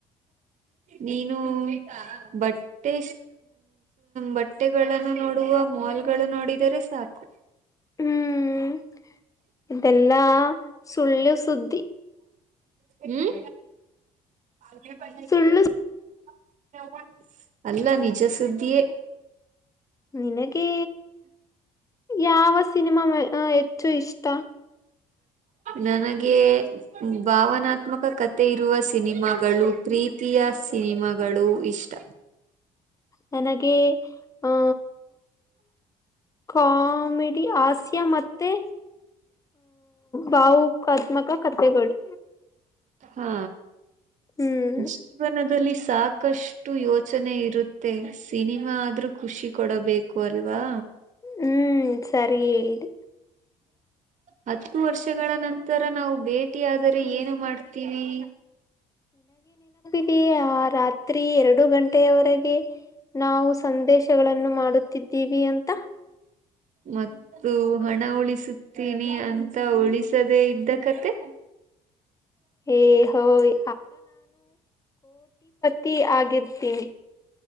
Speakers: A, on the right (about 45°); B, on the left (about 20°).
A: ನೀನು ಬಟ್ಟೆ ಬಟ್ಟೆಗಳನ್ನು ನೋಡುವ ಮಾಲ್ ಗಳನು ನೋಡಿದರೆ ಸಾಕು
B: ಹ್ಮ್ ಹ್ಮ್ ಇದೆಲ್ಲಾ ಸುಳ್ಳು ಸುದ್ದಿ
A: ಹ್ಮ <unintelligible>
B: ಸುಳ್ಳು
A: ಅಲ್ಲ ನಿಜ ಸುದ್ದಿಯೇ
B: ನಿನಗೆೇ ಯಾವ ಸಿನಿಮಾ ಹೆಚ್ಚು ಇಷ್ಟ
A: ನನಗೆ ಭಾವನಾತ್ಮಕ ಕಥೆ ಇರುವ ಸಿನಿಮಾಗಳು ಪ್ರೀತಿಯ ಸಿನಿಮಾಗಳು ಇಷ್ಟ
B: ನನಗೆ ಹ ಕಾಮಿಡಿ ಹಾಸ್ಯ ಮತ್ತೆ ಭವುಕಾತ್ಮಕ ಕಥೆಗಳು
A: ಹಾ
B: ಹ್ಮ್
A: ಜೀವನದಲ್ಲಿ ಸಾಕಷ್ಟು ಯೋಚನೆ ಇರುತ್ತೆ ಸಿನಿಮಾ ಆದ್ರೂ ಖುಷಿ ಕೊಡಬೇಕು ಅ ಅವಾ
B: ಹ್ಮ್ ಸರಿ ಹೇಳಿದೆ
A: ಹತ್ತು ವರ್ಷಗಳ ನಂತರ ನಾವು ಭೇಟಿಯಾದರೆ ಏನು ಮಾಡ್ತೀವಿ
B: ಎ ಆ ರಾತ್ರಿ ಎರಡು ಗಂಟೆಯವರೆಗೆ ನಾವು ಸಂದೇಶಗಳನ್ನು ಮಾಡುತ್ತಿದ್ದೀವಿ ಅಂತ
A: ಮತ್ತು ಹಣ ಉಳಿಸುತ್ತೀನಿ ಅಂತ ಉಳಿಸದೇ ಇದ್ದ ಕತೆ
B: ಏ ಹೋಯ್ ಈ ಹಾಗೆ ಆಿರ್ತೀನಿ